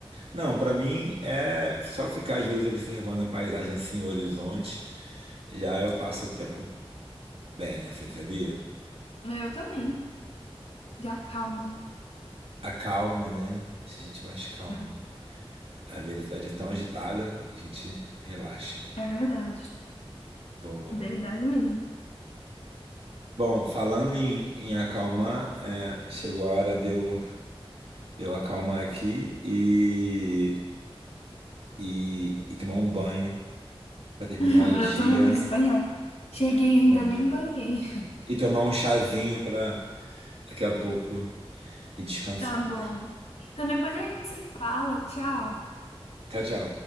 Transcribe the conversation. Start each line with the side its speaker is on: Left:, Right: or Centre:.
Right: Não, pra mim é só ficar às vezes observando a paisagem assim, o horizonte, já eu passo o tempo bem, assim, sabia?
Left: É, Eu também. Já calma.
Right: A calma, né? Deixa a gente mais calmo.
Left: É,
Right: Às vezes a cidade é tão agitada que a gente relaxa,
Left: é verdade.
Right: boa.
Left: Verdade mesmo.
Right: Bom, falando em, em acalmar, é, chegou a hora de eu, de eu acalmar aqui e, e, e tomar um banho para terminar
Left: <laughs>
Right: o dia
Left: Eu também preciso banhar. Cheguei, e ainda
Right: Mas-
Left: nem banhei.
Right: E tomar um chazinho pra daqui a pouco e descansar.
Left: Tá bom. Então depois a gente se fala. Tchau.
Right: Tchau, tchau.